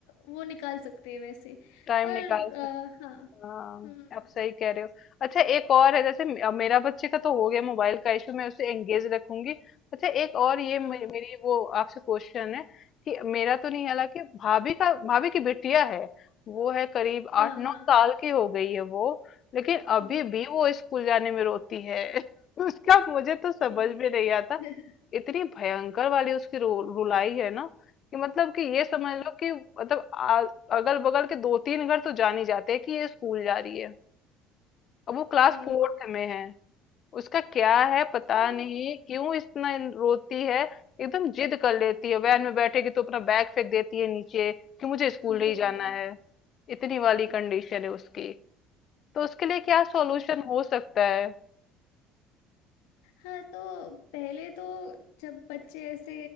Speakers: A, on the left (about 75°); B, on the left (about 50°).
A: वो निकाल सकते हैं वैसे
B: टाइम
A: और
B: निकाल सकते
A: अ,
B: हैं
A: हाँ
B: हाँ
A: हम्म
B: आप सही कह रहे हो अच्छा एक और है जैसे मे- अब मेरा बच्चे का तो हो गया मोबाइल का इशू मैं उसे एंगेज रखूंगी अच्छा एक और ये मे-
A: हाँ
B: मेरी वो आपसे क्वेश्चन है कि मेरा तो नहीं हालांकि भाभी का भाभी की बिटिया है वो है करीब
A: हाँ
B: आठ नौ
A: हाँ
B: साल की हो गई है वो लेकिन अभी
A: जी
B: भी वो स्कूल जाने में रोती है <laughs> उसका मुझे तो समझ
A: जी
B: में नहीं आता
A: <laughs>
B: इतनी भयंकर वाली उसकी रु, रुलाई है ना कि मतलब कि ये समझ
A: हम्म
B: लो कि मतलब अगल बगल के दो तीन घर तो जान ही जाते हैं कि ये स्कूल जा रही है अब वो क्लास
A: जी
B: फोर्थ में है उसका क्या है पता
A: तो
B: नहीं क्यों इतना इन- रोती है एकदम जिद कर लेती है वैन में बैठेगी तो अपना बैग फेंक देती है नीचे कि मुझे स्कूल
A: हो
B: नहीं
A: हो
B: जाना है इतनी वाली कंडीशन है उसकी तो उसके लिए क्या सॉल्यूशन
A: जी
B: हो सकता है
A: हाँ तो पहले तो जब बच्चे ऐसे